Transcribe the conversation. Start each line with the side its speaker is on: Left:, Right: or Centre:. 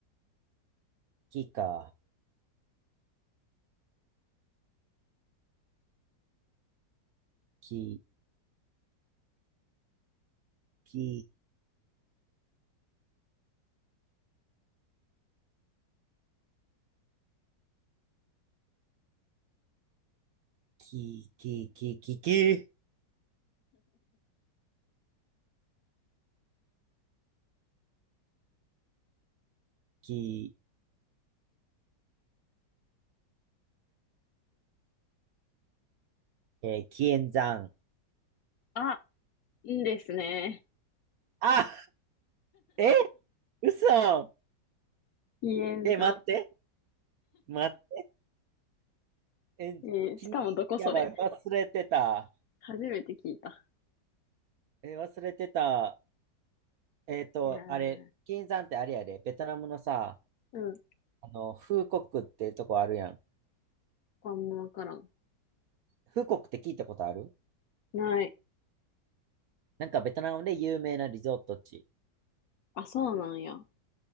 Right: キか。キ、キ、キ、キ、キ、キ、キ、キ、えー、キエンザン。
Left: あ、いいですね。
Right: あ、え、嘘。
Left: ヒエン
Right: え、待って、待って。え、
Left: えーしかもどこそれ。
Right: 君、やばい、忘れてた。
Left: 初めて聞いた。
Right: えー、忘れてた。えっと、
Left: いやー、
Right: あれ、金山ってあれやで、ベトナムのさ、
Left: うん、
Right: あの、フーコックってとこあるやん。
Left: あんまわからん。
Right: フーコックって聞いたことある
Left: ない。
Right: なんかベトナムで有名なリゾート地。
Left: あ、そうなんや。